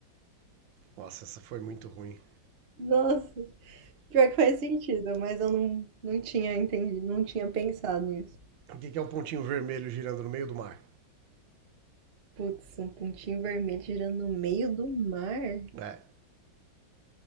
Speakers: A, on the right (about 80°); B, on the right (about 45°).
A: Nossa, essa foi muito ruim.
B: Nossa, pior que faz sentido, mas eu não, não tinha entendido, não tinha pensado nisso.
A: O que é um pontinho vermelho girando no meio do mar?
B: Putz, um pontinho vermelho girando no meio do mar?
A: É.